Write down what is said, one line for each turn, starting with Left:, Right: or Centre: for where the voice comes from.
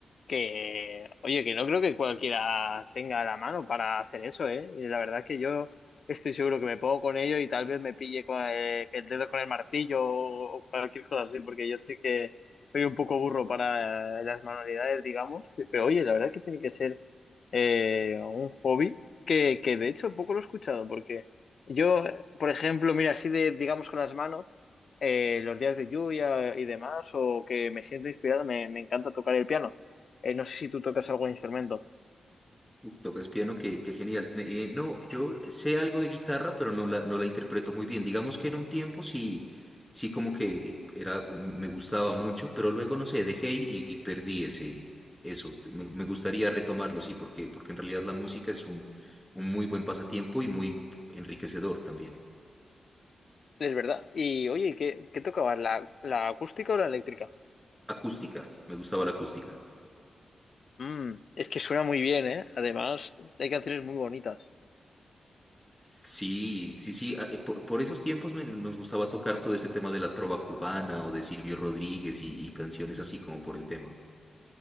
Left: que, oye, que no creo que cualquiera tenga a la mano para hacer eso, ¿eh? Y la verdad que yo estoy seguro que me pongo con ello y tal vez me pille con eh, el, dedo con el martillo o o cualquier cosa así, porque yo sé que soy un poco burro para eh, las manualidades, digamos, pero oye, la verdad que tiene que ser eh, un hobby que, que de hecho poco lo he escuchado, porque yo, por ejemplo, mira, así de, digamos, con las manos, eh, los días de lluvia y demás, o que me siento inspirado, me, me encanta tocar el piano. Eh, no sé si tú tocas algún instrumento.
Centre: Tocas piano, qué, qué genial. Eh, no, yo sé algo de guitarra, pero no la, no la interpreto muy bien. Digamos que en un tiempo sí, sí como que era, me gustaba mucho, pero luego, no sé, dejé y, y perdí ese, eso. Me, me gustaría retomarlo, sí, porque, porque en realidad la música es un, un muy buen pasatiempo y muy enriquecedor también.
Left: Es verdad. Y oye, ¿qué, qué tocabas? ¿La, la acústica o la eléctrica?
Centre: Acústica, me gustaba la acústica.
Left: Mm, es que suena muy bien, ¿eh? Además, hay canciones muy bonitas.
Centre: Sí, sí, sí. a- eh, Por, por esos tiempos me- nos gustaba tocar todo este tema de la trova cubana o de Silvio Rodríguez y y canciones así como por el tema.